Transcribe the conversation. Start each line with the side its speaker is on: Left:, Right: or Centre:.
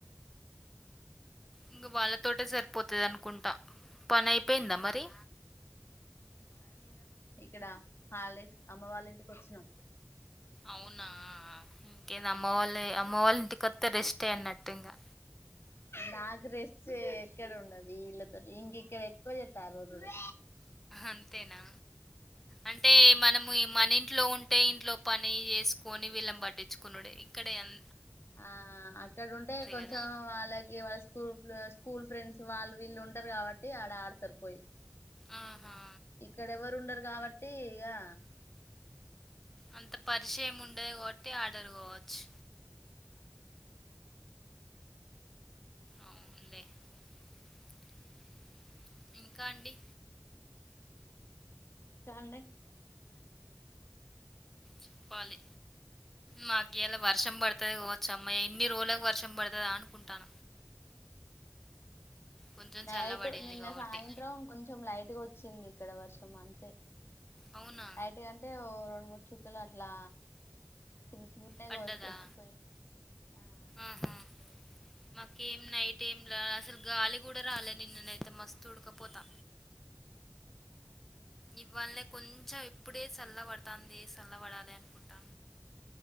Centre: ఇంగ వాళ్ళతోటే సరిపోతది అనుకుంటా పని అయిపోయిందా మరి
Left: అని నేను ఇక్కడ హాలిడేస్ అమ్మ వాళ్ళ ఇంటికి వచ్చినాం
Centre: అవునా ఇంకేంది అమ్మ వాళ్ళే అమ్మ వాళ్ళ ఇంటికొత్తే రెస్టే అన్నట్టు ఇంగా
Left: నాకు రెస్ట్ ఎక్కడ ఉండదు వీళ్ళతోటి ఇంక ఇక్కడ ఎక్కువ చేత్తారు ఆరోజులు
Centre: అంతేనా అంటే మనము మన ఇంట్లో ఉంటే ఇంట్లో పని చేసుకుని వీళ్ళని పట్టిచ్చుకొనుడు ఇక్కడే అం
Left: ఆ అక్కడ ఉంటే కొంచెం
Centre: కదా
Left: వాళ్ళకి వాళ్ళ స్కూల్లో స్కూల్ ఫ్రెండ్స్ సో వాళ్ళు వీళ్ళు ఉంటారు కాబట్టి ఆడ ఆడుతరు పోయి
Centre: ఆహా
Left: ఇక్కడ ఎవరు ఉండరు కాబట్టి ఇగా
Centre: అంత పరిచయం ఉండదు కాబట్టి ఆడరు కావచ్చు
Left: ఆ
Centre: అవున్లే
Left: ఇంకా అండి
Centre: చెప్పాలి మాకి ఇయాల వర్షం పడుతుది కావచ్చు అమ్మయ ఎన్ని రోజులకు వర్షం పడుతదా అనుకుంటాన కొంచెం
Left: నైటు
Centre: చల్లబడింది
Left: నిన్న
Centre: కాబట్టి
Left: సాయంత్రం కొంచెం లైట్గా వచ్చింది ఇక్కడ వర్షం అంతే
Centre: అవునా
Left: <unintelligible> అంటే ఓ రెండు మూడు చుక్కలు అట్లా చిన్న చిన్ నగా
Centre: పడ్డదా
Left: వచ్చిపోయింది ఆ
Centre: ఆహా
Left: అంతే
Centre: మాకేం నైట్ ఏం లే అసలు గాలి కూడా రాలే నిన్ననయితే మస్తు ఉడకపోతా
Left: ఆ
Centre: ఇవ్వాలే కొంచెం ఇప్పుడే చల్ల పడుతాంది చల్లబడాలి అనుకుంటా